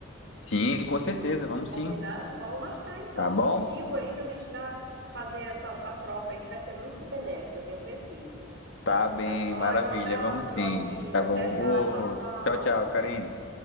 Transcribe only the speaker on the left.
Sim, com certeza, vamos
sim.
Tá bom?
Tá bem,
maravilha.
Vamos
sim.
Tá
bom.
Ô,
tchau, tchau, Karina.